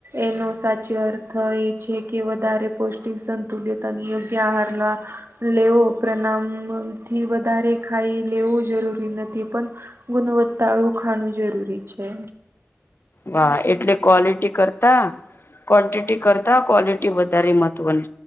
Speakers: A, on the right; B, on the left.
A: એનો સાચો અર્થ એ છે કે વધારે પૌષ્ટિક સંતુલિત અને યોગ્ય આહાર લ લેવો પ્રમાણથી વધારે ખાઈ લેવું જરૂરી નથી, પણ ગુણવત્તાળું ખાવાનું જરૂરી છે.
B: વાહ, એટલે ક્વોલિટી કરતા ક્વન્ટિટી કરતા ક્વોલિટી વધારે મહત્વની છે.